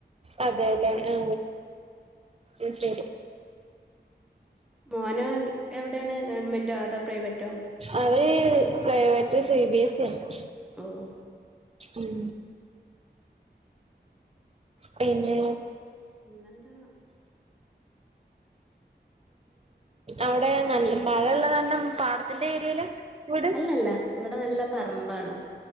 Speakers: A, on the right; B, in the centre.
A: അതേല്ലേ ഹ് അഹ്ശെരി
B: മോനോ എവ്ടേണ് ഗവൺമെന്റോ അതോ പ്രൈവറ്റോ
A: അവര് പ്രൈവറ്റ് സി ബി എസിയാണ്
B: ഓഹ്
A: ഉം പിന്നെ
B: പിന്നെന്താ
A: അവ്ടെ നല്ല മഴള്ള കാരണം പാടത്തിന്റെ ഏര്യേലാ വീട്
B: അല്ല ഇവടെ നല്ല പറമ്പാണ്